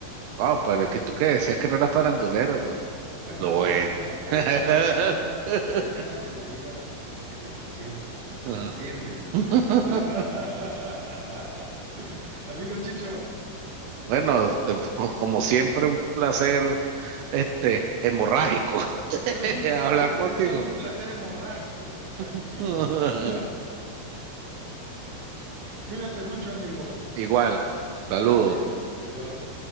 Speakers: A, on the right; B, on the right.
A: wow, pero que tú que decías que no era farandulero, pero
B: Bueno,
A: lo
B: es que
A: es.
B: hay tema, hay
A: <laughs>
B: temas, hay temas, hay temas en la vida que te trascienden, amigo, te
A: Ajá.
B: trascienden.
A: <laughs>
B: <laughs> Amigo Chicho,
A: Bueno, te- como siempre, un placer, este, hemorrágico, <laughs>
B: <laughs>
A: hablar
B: es,
A: contigo.
B: es todo un placer hemorrágico platicar contigo.
A: <laughs>
B: <laughs> Cuídate mucho, amigo.
A: Igual, saludos.
B: Vale, adiós.